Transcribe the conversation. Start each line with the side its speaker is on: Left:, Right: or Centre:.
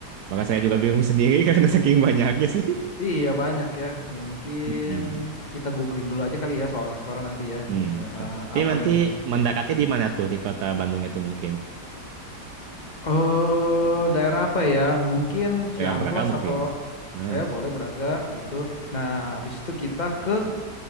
Right: Maka saya juga bingung sendiri <laughs> karena saking banyaknya sih.
Left: Iya banyak ya. Mungkin
Right: Hmm.
Left: kita googling dulu aja kali ya soal restoran nanti ya.
Right: Hmm.
Left: Di-
Right: T-
Left: eh,
Right: Tapi
Left: apa
Right: nanti
Left: yang ini?
Right: mendekatnya
Left: Nah,
Right: di mana tuh di kota Bandungnya tuh mungkin?
Left: eh daerah apa ya? Mungkin
Right: Daerah
Left: Ciamplas
Right: Braga mungkin.
Left: atau
Right: Hmm.
Left: Ya boleh Braga gitu. Nah, habis itu kita ke